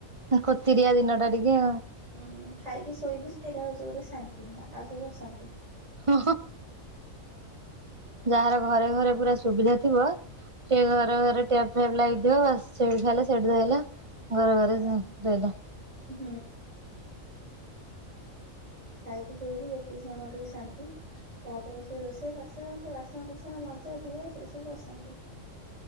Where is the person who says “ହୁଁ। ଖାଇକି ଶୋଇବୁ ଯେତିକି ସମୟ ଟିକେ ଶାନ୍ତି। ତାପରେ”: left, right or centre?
Right